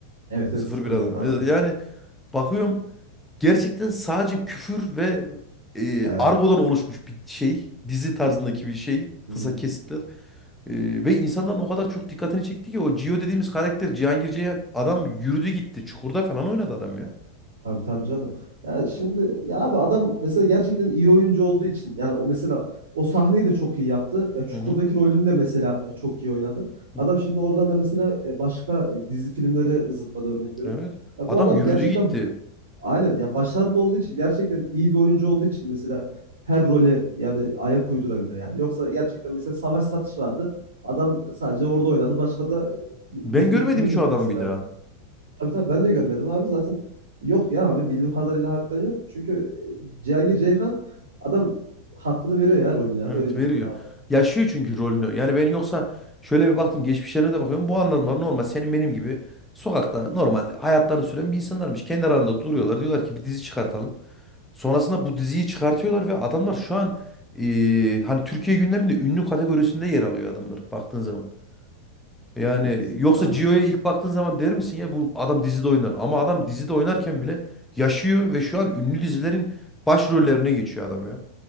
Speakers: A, on the right; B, in the centre.
A: Evet evet
B: sıfır
A: 0-1'di
B: bir Adana. Mesela
A: abi.
B: Yani bakıyorum gerçekten sadece küfür ve e,
A: Evet.
B: argodan oluşmuş bir şey. Dizi tarzındaki bir şey.
A: Hı
B: Kısa
A: hı.
B: kesitler. E, ve insanların o kadar çok dikkatini çekti ki o Gio dediğimiz karakter Cihangir Ceyhan adam yürüdü gitti. Çukurda falan oynadı adam ya.
A: Tabii tabii canım. Ya şimdi ya abi adam mesela gerçekten iyi oyuncu olduğu için yani o mesela o sahneyi de çok iyi yaptı. E, Çukur'daki
B: Hı hı.
A: rolünü de mesela e, çok iyi oynadı.
B: Hı
A: Adam
B: hı.
A: şimdi oradan da mesela e, başka e, dizi filmleri zıpladı örnek veriyorum.
B: Evet.
A: Ya
B: Adam
A: bu adam
B: yürüdü
A: gerçekten
B: gitti.
A: aynen ya başarılı olduğu için gerçekten iyi bir oyuncu olduğu için mesela her role yani ayak uydurabiliyor yani. Yoksa gerçekten mesela Savaş Satış vardı. Adam sadece orada oynadı. Başka da e,
B: Ben
A: dizi
B: görmedim
A: yok, film
B: hiç
A: yok
B: o adamı
A: mesela
B: bir daha.
A: abi. Tabii tabii ben de görmedim abi. Zaten yok ya abi bildiğim kadarıyla harbiden yok. Çünkü e, Cihangir Ceyhan adam hakkını veriyor ya rolüne ya.
B: Evet
A: Öyle diyeyim
B: veriyor.
A: yani abi.
B: Yaşıyor çünkü rolünü. Yani ben yoksa şöyle bir baktım geçmişlerine de bakıyorum. Bu adamlar normal senin benim gibi sokakta normal hayatlarını süren bir insanlarmış. Kendi aralarında duruyorlar. Diyorlar ki bir dizi çıkartalım. Sonrasında bu diziyi çıkartıyorlar ve adamlar şu an eee, hani Türkiye gündeminde ünlü kategorisinde yer alıyor adamlar baktığın zaman. Yani
A: Kesinlikle
B: yoksa
A: abi.
B: Gio'ya ilk baktığın zaman der misin ya bu adam dizide oynar. Ama adam dizide oynarken bile yaşıyor ve şu an ünlü dizilerin başrollerine geçiyor adam